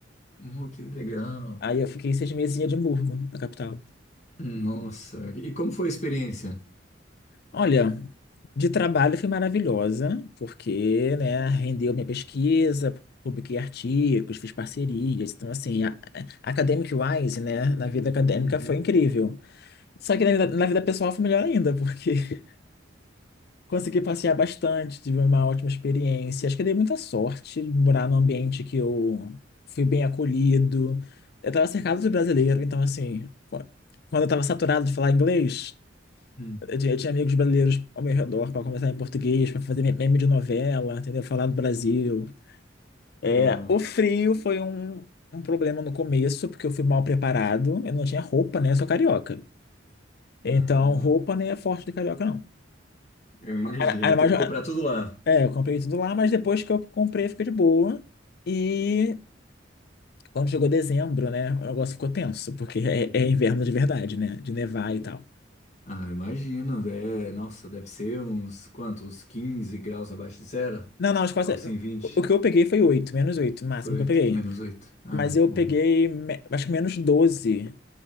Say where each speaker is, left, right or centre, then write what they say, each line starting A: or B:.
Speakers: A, on the left; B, on the left.
A: Hum, que legal.
B: Aí eu fiquei seis meses em Edimburgo, na capital.
A: Nossa, e como foi a experiência?
B: Olha, de trabalho foi maravilhosa, porque, né, rendeu minha pesquisa, publiquei artigos, fiz parcerias. Então, assim, a, a- academic-wise, né, na vida acadêmica
A: Uhum,
B: foi incrível. Só que na vida, na vida pessoal foi melhor ainda, porque <laughs> consegui passear bastante, tive uma ótima experiência. Acho que eu dei muita sorte de morar num ambiente que eu fui bem acolhido. Eu estava cercado de brasileiro, então, assim, qu- quando eu estava saturado de falar inglês.
A: hum,
B: Eu tinha eu tinha amigos brasileiros ao meu redor para conversar em português, para fazer me- meme de novela, entendeu? Falar do Brasil.
A: que
B: É,
A: legal.
B: o frio foi um, um problema no começo, porque eu fui mal preparado. Eu não tinha roupa, né? Eu sou carioca. Então,
A: Ah,
B: roupa não é forte de carioca, não.
A: eu imagino,
B: Era- era
A: teve
B: mais-
A: que comprar tudo lá.
B: é, eu comprei tudo lá, mas depois que eu comprei, fica de boa. E quando chegou dezembro, né? O negócio ficou tenso, porque é, é inverno de verdade, né? De nevar e tal.
A: Ah, eu imagino, é, nossa, deve ser uns quantos, 15 graus abaixo de zero?
B: Não, não, a Escócia.
A: Algo assim, 20.
B: O o que eu peguei foi 8 menos 8 o máximo
A: Foi oito,
B: que eu peguei.
A: menos oito. Ah,
B: Mas eu
A: bom.
B: peguei, me- acho que menos 12,